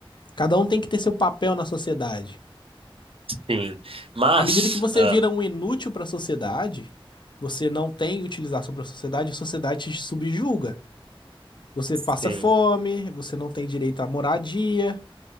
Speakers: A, on the left; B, on the right.
A: Cada um tem que ter seu papel na sociedade.
B: sim. Mas,
A: À medida que você
B: ah,
A: vira um inútil para a sociedade, você não tem utilização para a sociedade, a sociedade te subjuga. Você
B: sim.
A: passa fome, você não tem direito à moradia.